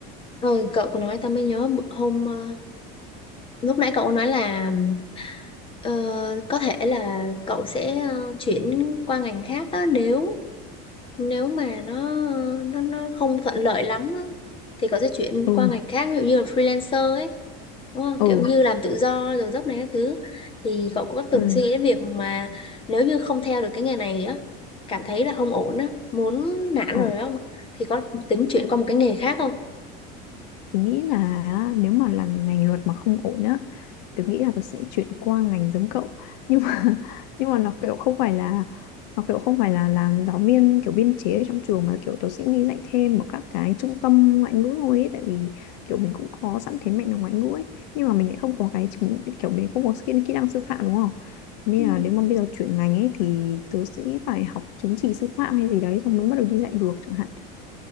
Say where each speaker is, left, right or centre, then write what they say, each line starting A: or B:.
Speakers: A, on the left (about 25°); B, on the left (about 85°).
A: ừ, cậu có nói tao mới nhớ bữa- hôm ờ, lúc nãy cậu có nói là ờ, có thể là cậu sẽ ờ, chuyển qua ngành khác á, nếu nếu mà nó nó nó không thuận lợi lắm á, thì có thể chuyển
B: ừ
A: qua ngành khác ví dụ như là freelancer ấy đúng không?
B: ừ
A: kiểu như làm tự do rồi giấc này các thứ thì cậu có từng
B: ừ
A: suy nghĩ đến việc mà nếu như không theo được cái nghề này á cảm thấy là không ổn á muốn nản
B: ừ
A: rồi không thì có tính chuyển qua một cái nghề khác không
B: Tôi nghĩ là á, nếu mà là ngành luật mà không ổn á tôi nghĩ là tôi sẽ chuyển qua ngành giống cậu nhưng mà <laughs> nhưng mà nó kiểu không phải là nó kiểu không phải là làm giáo viên kiểu biên chế ở trong trường mà kiểu tôi sẽ đi dạy thêm ở các cái trung tâm ngoại ngữ thôi ấy, tại vì kiểu mình cũng có sẵn thế mạnh là ngoại ngữ ấy nhưng mà mình lại không có cái chứng kiểu mình không có skill kỹ năng sư phạm đúng không thế nên
A: Ừ.
B: là nếu mà bây giờ chuyển ngành ấy thì tôi sẽ phải học chứng chỉ sư phạm hay gì đấy xong mới bắt đầu đi dạy được chẳng hạn